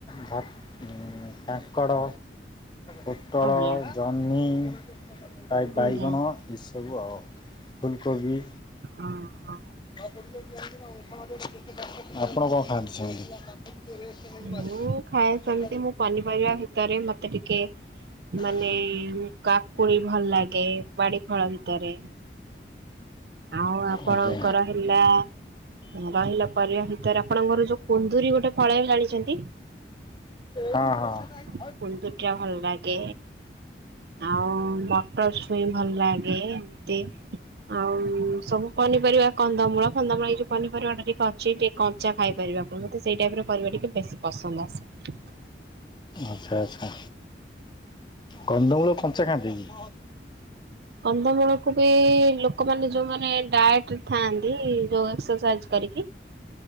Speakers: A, on the left (about 25°); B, on the right (about 65°).
A: ଭା, କାଙ୍କଡ଼ ଫୁଟଳ,
B: ଆଜ୍ଞା
A: ଜହନି ପ୍ରାୟ
B: ଆଜ୍ଞା
A: ବାଇଗଣ ଏସବୁ ଆଉ ଫୁଲକୋବି
B: ଓହୋ।
A: ଆପଣ କଣ ଖାଆନ୍ତି ସେମତି? ଟିକେ ରେଷ୍ଟ ନେଇକି ମାରୁଛି
B: ମୁଁ ଖାଏ
A: ଆଉ
B: ସେମିତି ମୁଁ ପନିପରିବା ଭିତରେ ମତେ ଟିକେ ମାନେ
A: <unintelligible>
B: କାକୁଡି ଭଲ ଲାଗେ ବାଡିଫଳ ଭିତରେ ଆଉ ଆପଣଙ୍କର
A: ଆଜ୍ଞା।
B: ହେଲା- ରହିଲା ପରିବା ଭିତରେ ଆପଣଙ୍କର ଯୋଉ କୁନ୍ଦୁୁରୀ, ଗୋଟେ ଫଳେ ଜାଣି କେତି <unintelligible>
A: ହଁ ହଁ
B: କୁନ୍ଦୁରି ଟା ଭଲ ଲାଗେ, ଆଉ ମଟର ଛୁଇଁ ଭଲ ଲାଗେ। <unintelligible> ଆଉ ସବୁ ପନିପରିବା କନ୍ଦମୂଳ, ଫନ୍ଦମୂଳ ଏଇ ଯୋଉ ପନିପରିବା ଟା ଟିକେ ଅଛି, ଟିକେ କଞ୍ଚା ଖାଇପାର। ମତେ ସେଇ ଟାଇପ କରିବା ଟିକେ ବେଶୀ ପସନ୍ଦ ଆସେ।
A: ଆଚ୍ଛା-ଆଚ୍ଛା। କନ୍ଦମୂଳ କଞ୍ଚା ଖାନ୍ତି କି?
B: କନ୍ଦମୂଳକୁ ବି ଲୋ ଲୋକମାନେ, ଯୋଉମାନେ ଡାଏଟ ଥାନ୍ତି, ଯୋଉ ଏକ୍ସରସାଇଜ କରିକି